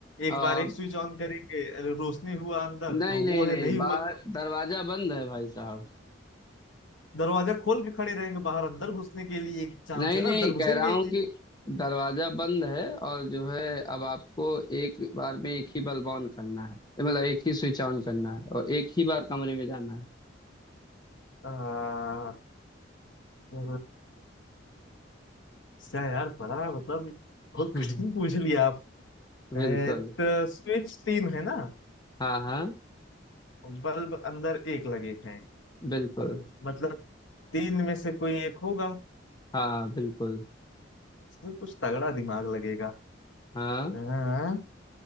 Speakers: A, on the left; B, on the left.
A: अ,
B: एक बार एक स्विच ऑन करेंगे अरे रोशनी हुआ अंदर
A: नहीं
B: तो
A: नहीं
B: वो है
A: नहीं
B: नहीं
A: बाहर
B: हुआ
A: दरवाजा बंद है भाई साहब
B: दरवाजा खोल के खड़े रहेंगे बाहर अंदर घुसने के लिए एक चांस
A: नहीं
B: है ना
A: नहीं
B: अंदर घुसेंगे
A: कह रहा
B: ही
A: हूँ
B: नहीं
A: कि दरवाजा बंद है और जो है अब आपको एक बार में एक ही बल्ब ऑन करना है मतलब एक ही स्विच ऑन करना है और एक ही बार कमरे में जाना है
B: आ, ओ, क्या यार बड़ा मतलब
A: <laughs>
B: बहुत कठिन पूछ लिया आप
A: बिल्कुल
B: ए, तो स्विच तीन है ना
A: हाँ हाँ
B: बल्ब अंदर एक लगे हैं
A: बिल्कुल
B: मतलब तीन में से कोई एक होगा
A: हाँ बिल्कुल
B: इसमें कुछ तगड़ा दिमाग लगेगा
A: हाँ
B: हाँ,